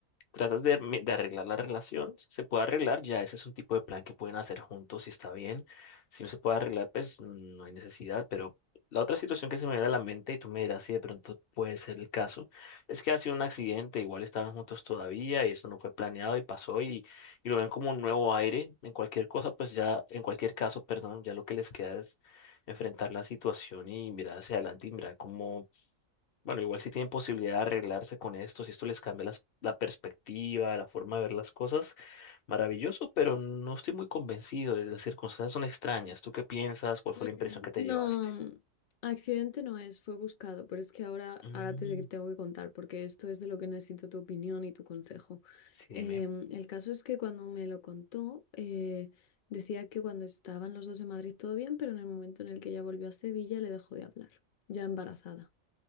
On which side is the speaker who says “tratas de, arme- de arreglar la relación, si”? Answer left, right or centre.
Left